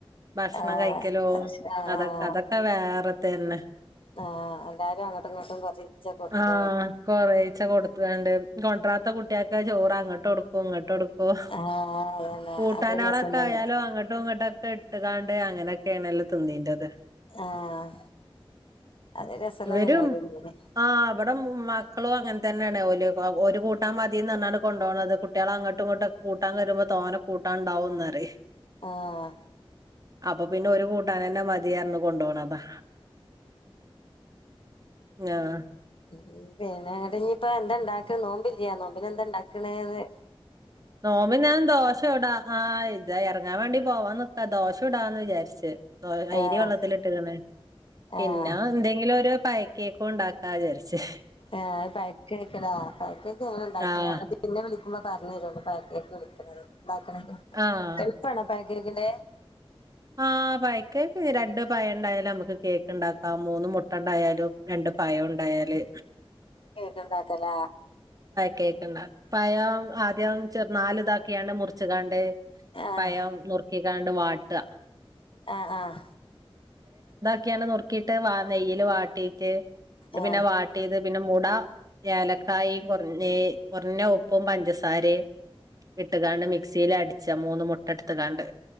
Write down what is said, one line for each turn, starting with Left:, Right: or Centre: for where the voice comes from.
Right: ഭക്ഷണം
Left: ആഹ്
Right: കഴിക്കലും
Left: ആഹ്
Right: അതൊ അതൊക്കെ വേറെ തന്നെ.
Left: ആഹ് എല്ലാരും അങ്ങോട്ടും ഇങ്ങോട്ടും കൊറച്ചീച്ചെ കൊടുക്കും
Right: ആഹ് കൊറേച്ച കൊടുത്തുങ്ങാണ്ട് കൊണ്ട്ര <unintelligible> ചോറ് അങ്ങട്ടൊടുക്കും ഇങ്ങട്ട് ടുക്കും
Left: ആഹ് അതന്നെ
Right: കൂട്ടാനാളൊക്കെ
Left: അതൊരു രസം തന്നെ
Right: ആയാലും അങ്ങട്ടും ഇങ്ങട്ടൊക്കെ ഇട്ട് ങ്ങാണ്ട് അങ്ങനെക്കെയാണല്ലോ തിന്നീനത്.
Left: ആഹ് അത് രസള്ള
Right: ഇവരും
Left: പരിപാടിയന്നേനി
Right: ആഹ് വിടെ മു മക്കളും അങ്ങനെ തന്നെയാണ് ഓല് ഒരു കൂട്ടാൻ തീ ന്നറിഞുങ്ങാണ്ട് കൊണ്ടോണത് കുട്ടിയാളങ്ങട്ടും ഇങ്ങട്ടും ഒക്കെ കൂട്ടാൻ തരുമ്പോ തോന കൂട്ടാ ഉണ്ടാവുന്നറി
Left: ആഹ്
Right: അപ്പൊ പിന്നെ ഒരു കൂട്ടാനന്നെ മതീറഞ്ഞു കൊണ്ടോണതാ ആഹ്
Left: ഉം പിന്ന ങ്ങട്ട് ഇനിയിപ്പ എന്തണ്ട നോമ്പില്യാ നോമ്പിനന്താ ഉണ്ടാകണെന്ന്
Right: നോമിന് ഞാൻ ദോശടാ ആഹ് ഇത ഇറങ്ങാൻ വേണ്ടി പോവാനിക്കാ ദോശടാന്ന് വിചാരിച്ച്. അയ്രി
Left: ആഹ്
Right: വെള്ളത്തിലിട്ട് ക്ണ്
Left: ആഹ്
Right: പിന്നെ എന്തെങ്കിലും ഒരു പയക്കേക്കും ഉണ്ടാ ആജാരിച്ച <unintelligible>
Left: ആഹ് പഴക്കേക്ക് ലാ പഴക്കേക് അങ്ങനെണ്ടാക്കല്
Right: ആഹ്
Left: പിന്നെ വിളി പറഞ്ഞരോണ്ടു പഴക്കേക്ക് വിളിക്കണെങ്ക ഉണ്ടാക്കിനൊക്കെ
Right: ആഹ്
Left: എളുപ്പ <unintelligible>
Right: ആ പഴ കേക്ക് രണ്ട് പഴ ഉണ്ടായാലും നമുക്ക് കേക്ക് ഉണ്ടാക്കാം മൂന്ന് മുട്ട ഉണ്ടായാലും രണ്ട- പയ ഉണ്ടായാല്
Left: നീ ഏത് ഇണ്ടാക്കല
Right: കേക്കണ്ട പയം ആദ്യം ചെറു നാല് ഇതാക്കിയാണ് മുറിച്ച കാണ്ട-
Left: ആഹ്
Right: പയം നുറുക്കിക്കാണ്ട് വാട്ടുക
Left: ആഹ ആഹ
Right: ഇങ്ങനെ നുക്കിട്ട് നെയിലെ വാട്ടിട്ട്
Left: ആഹ്
Right: പിന്നെ പിന്നെ മുട ഏലക്കായ കുറഞ്ഞ കുറഞ്ഞ ഉപ്പും പഞ്ചസാര ഇട്ട കാണ്ട് മിക്സിയില അടിച്ച മൂന്ന മുട്ടെടുത്ത കാണ്ട്